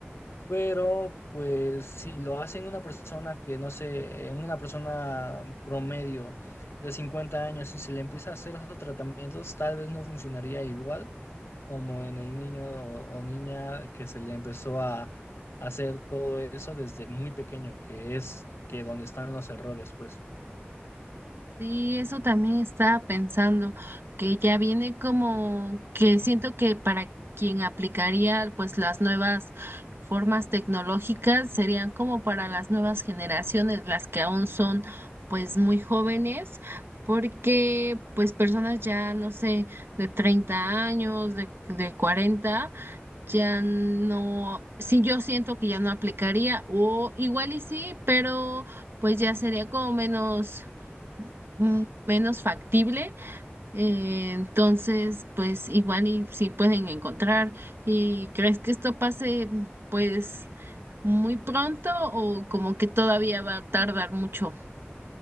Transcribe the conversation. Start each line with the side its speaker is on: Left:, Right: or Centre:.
Left: pero pues si lo hace en una persona que, no sé, en una persona promedio de 50 años y se le empieza a hacer esos tratamientos, tal vez no funcionaría igual como en el niño o, o niña que se le empezó a hacer todo eso desde muy pequeño, que es que donde están los errores, pues.
Right: Sí, eso también estaba pensando, que ya viene como que siento que para quien aplicaría pues las nuevas formas tecnológicas serían como para las nuevas generaciones, las que aún son pues muy jóvenes, porque pues personas ya no sé, de 30 años, de, de 40 ya no, sí, yo siento que ya no aplicaría, o igual y sí, pero pues ya sería como menos, mm, menos factible. Eh, entonces, pues igual y sí pueden encontrar. ¿Y crees que esto pase pues muy pronto o como que todavía va a tardar mucho?